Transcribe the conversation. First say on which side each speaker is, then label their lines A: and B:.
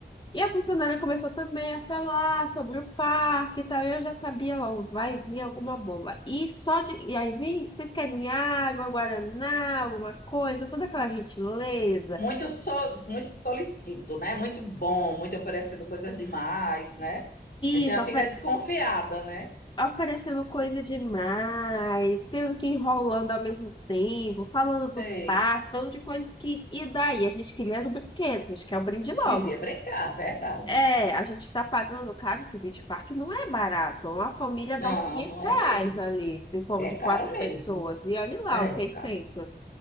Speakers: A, on the left (about 25°); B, on the left (about 65°).
A: E a funcionária começou também a falar sobre o parque e tal. e Eu já sabia logo, vai vir alguma bomba. E só de. E aí vem, vocês querem água, guaraná, alguma coisa, toda aquela gentileza.
B: muito, so, muito solicito, né? Muito bom, muito oferecendo coisas demais, né? A gente
A: Isso,
B: já fica
A: ofe-
B: desconfiada, né?
A: oferecendo coisa demais, sendo que enrolando ao mesmo tempo, falando
B: Sei.
A: do parque, falando de coisas que. E daí? A gente queria era o brinquedo, a gente quer o brinde logo.
B: Queria brincar, verdade.
A: É, a gente está pagando caro, que o Beach Park não é barato. Uma família
B: Não,
A: dá uns 500
B: não
A: reais
B: é mesmo.
A: ali, se for
B: É
A: de
B: caro
A: quatro
B: mesmo.
A: pessoas. E olha lá,
B: É
A: os 600.
B: caro.